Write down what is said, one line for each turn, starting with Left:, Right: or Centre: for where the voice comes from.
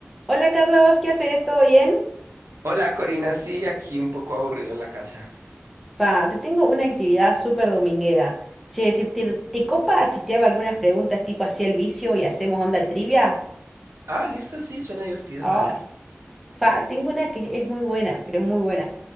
Centre: Hola Carlos, ¿qué haces? ¿Todo bien?
Right: Hola Corina, sí, aquí un poco aburrido en la casa.
Centre: Fa, te tengo una actividad súper dominguera. Che, ¿te, te, te copa si te hago algunas preguntas tipo así el vicio y hacemos onda trivia?
Right: Ah, listo, sí, suena divertido,
Centre: Ah,
Right: dale.
Centre: fa, tengo una que es muy buena, pero es muy buena.